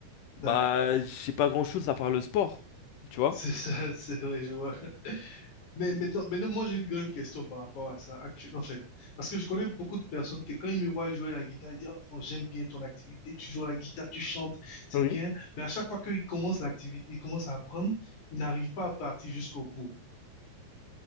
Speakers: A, on the left (about 80°); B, on the left (about 65°).
A: bah,
B: Ouais.
A: j'ai pas grand-chose à part le sport, tu vois.
B: C'est ça, <laughs> c'est vrai, je vois. Mais maintenant, maintenant, moi, j'ai une grande question par rapport à ça, actu- en fait. Parce que je connais beaucoup de personnes qui, quand ils me voient jouer la guitare, ils disent, Oh, j'aime bien ton activité, tu joues à la guitare, tu chantes, c'est
A: Oui.
B: bien. Mais à chaque fois qu'ils commencent l'activité, ils commencent à apprendre, ils n'arrivent pas à partir jusqu'au bout,